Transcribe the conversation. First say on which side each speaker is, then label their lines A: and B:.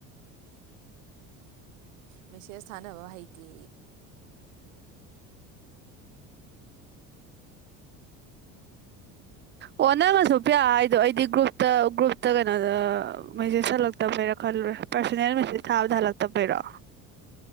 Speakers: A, on the right; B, on the right.
A: ꯃꯦꯁꯦꯁ ꯊꯥꯅꯕ ꯍꯩꯇꯦ
B: ꯑꯣ ꯅꯪꯅꯁꯨ ꯄꯌꯥ ꯍꯥꯏꯗꯣ ꯑꯩꯗꯤ ꯒ꯭ꯔꯨꯞꯇ ꯒ꯭ꯔꯨꯞꯇ ꯀꯩꯅꯣꯗ ꯃꯦꯁꯦꯖ ꯍꯜꯂꯛꯇꯕꯩꯔꯣ ꯈꯜꯂꯨꯔꯦ ꯄꯥꯔꯁꯣꯅꯦꯜ ꯃꯦꯆꯦꯖ ꯊꯥꯕꯗ ꯍꯜꯂꯛꯇꯕꯩꯔꯣ